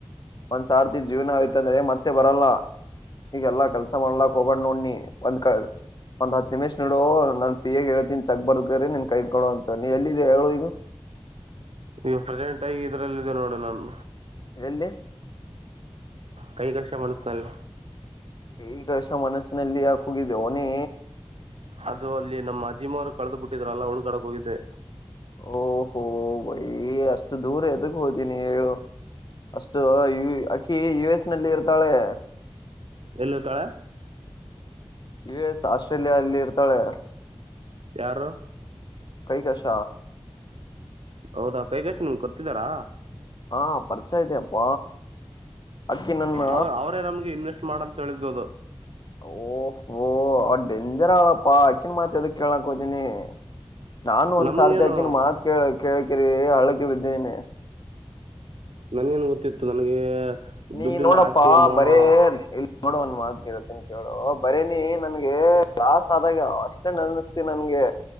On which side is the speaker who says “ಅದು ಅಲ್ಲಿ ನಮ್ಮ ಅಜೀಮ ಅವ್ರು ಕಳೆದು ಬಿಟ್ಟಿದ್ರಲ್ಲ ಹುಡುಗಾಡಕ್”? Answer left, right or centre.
Right